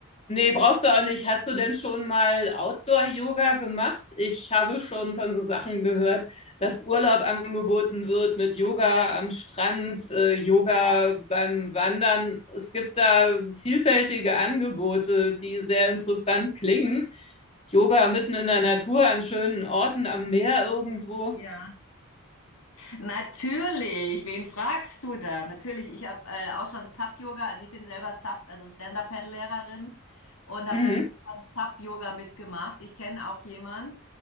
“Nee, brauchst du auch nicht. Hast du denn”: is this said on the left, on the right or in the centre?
Left